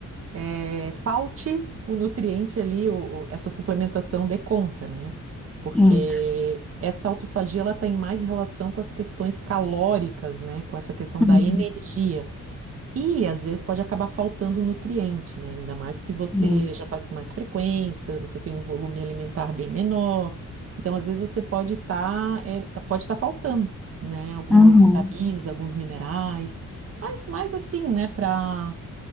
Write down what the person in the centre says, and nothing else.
Uhum.
Uhum.
Sim.
Uhum.